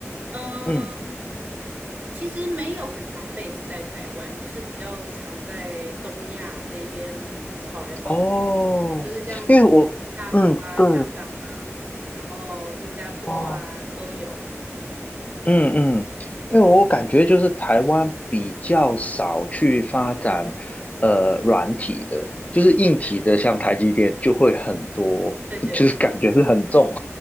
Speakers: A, on the right (about 40°); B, on the left (about 30°).
A: 嗯、
B: 嗯，
A: 其实没有很常 base 在台湾，就是比较常在东亚这一边跑来跑去，
B: 哦，
A: 就是像去大陆啊、
B: 因为我，嗯，对，
A: 香港啊，然后新加坡啊都有。
B: 哦，嗯嗯，
A: 对
B: 因为我感觉就是台湾比较少去发展呃软体的，就是硬体的，像台积电就会很多，
A: 对对，
B: 就就是感觉是很重，